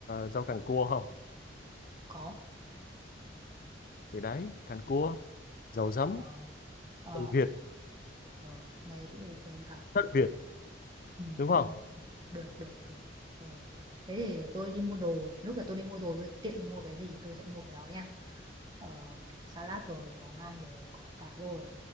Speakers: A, on the left (about 45°); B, on the right (about 25°).
A: rau càng cua không
B: có
A: thì đấy càng cua dầu giấm
B: ờ ờ
A: Tần Việt
B: ờ nghe cũng ok hả
A: thất Việt
B: ừ,
A: đúng không
B: ừ, ừ. được được được ờ được thế thì để tôi đi mua đồ lúc là tôi đi mua đồ tôi tiện mua cái gì tôi sẽ mua cái đó nha ờ mình có salad rồi có ngan rồi có cá rồi